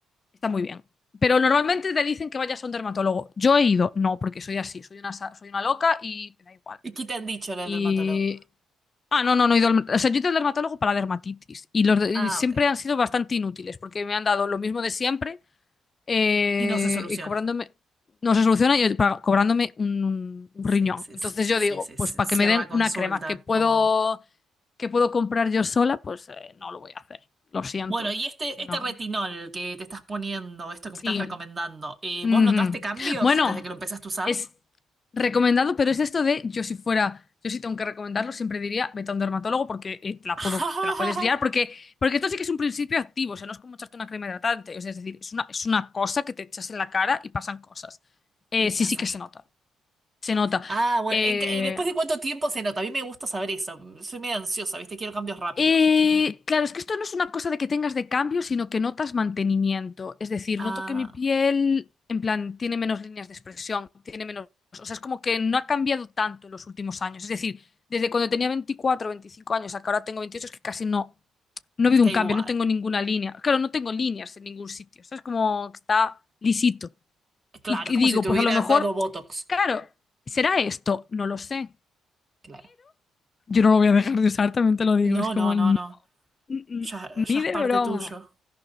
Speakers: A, on the left (about 35°); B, on the right (about 35°).
A: está muy bien. Pero normalmente te dicen que vayas a un dermatólogo. Yo he ido, no, porque soy así, soy una, sa- soy una loca y me da igual.
B: ¿Y qué te han dicho los
A: Y.
B: dermatólogo?
A: Ah, no, no, no he ido al. O sea, yo he ido al dermatólogo para la dermatitis. Y los de-
B: Ah,
A: y siempre
B: ok.
A: han sido bastante inútiles, porque me han dado lo mismo de siempre eh,
B: Y no se soluciona.
A: y cobrándome, no se soluciona y pa- cobrándome un, un- un
B: Sí,
A: riñón.
B: sí,
A: Entonces
B: sí,
A: yo
B: sí,
A: digo,
B: sí, sí, sí,
A: pues para
B: sí,
A: que me
B: en
A: den
B: la consulta,
A: una crema que puedo,
B: como...
A: que puedo comprar yo sola, pues eh, no lo voy a hacer. Lo siento.
B: Bueno, y este,
A: No.
B: este retinol que te estás poniendo, esto que
A: Sí.
B: me estás recomendando, eh,
A: Ujú.
B: ¿vos notaste cambios
A: Bueno,
B: desde que lo empezaste a usar?
A: es recomendado, pero es esto de yo si fuera, yo si tengo que recomendarlo, siempre diría vete a un dermatólogo porque eh, te la
B: <laughs>
A: puedo- te la puedes liar, porque, porque esto sí que es un principio activo, o sea, no es como echarte una crema hidratante, o sea, es decir, es una, es una cosa que te echas en la cara y pasan cosas. Eh,
B: Y
A: sí,
B: pasan.
A: sí que se nota, se nota.
B: Ah, bueno,
A: Eh,
B: en ca- eh, ¿después de cuánto tiempo se nota? A mí me gusta saber eso. Soy medio ansiosa, ¿viste? Quiero cambios rápidos.
A: Eh, claro, es que esto no es una cosa de que tengas de cambio, sino que notas mantenimiento. Es decir,
B: Ah,
A: noto que mi piel, en plan, tiene menos líneas de expresión, tiene menos... O sea, es como que no ha cambiado tanto en los últimos años. Es decir, desde cuando tenía 24, 25 años a que ahora tengo 28, es que casi no, no
B: está
A: ha habido un
B: igual.
A: cambio, no tengo ninguna línea. Claro, no tengo líneas en ningún sitio. O sea, es como que está lisito.
B: Claro,
A: Y,
B: es
A: y
B: como
A: digo,
B: si te
A: pues
B: hubieras
A: a lo mejor,
B: dado Botox.
A: claro, ¿será esto? No lo sé.
B: Claro.
A: Yo no lo voy a dejar de usar, también te lo digo.
B: No,
A: Es como,
B: no, no,
A: Mm,
B: no.
A: mm,
B: Ya, ya
A: Ni
B: es
A: de
B: parte
A: broma.
B: tuyo.